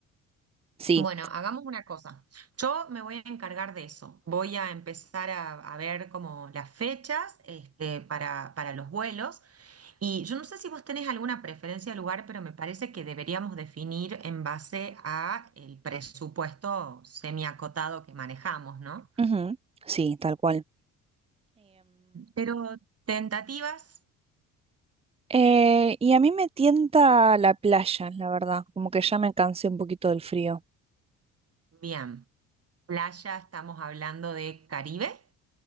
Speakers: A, on the right (about 15°); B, on the right (about 40°).
A: Sí.
B: Bueno, hagamos una cosa, yo me voy a encargar de eso, voy a empezar a, a ver como las fechas este, para, para los vuelos. Y yo no sé si vos tenés alguna preferencia de lugar, pero me parece que deberíamos definir en base a el presupuesto semiacotado que manejamos, ¿no?
A: Ujú. Sí, tal cual.
B: Pero tentativas,
A: Eh, y a mí me tienta la playa, la verdad. Como que ya me cansé un poquito del frío.
B: bien. Playa, estamos hablando de Caribe,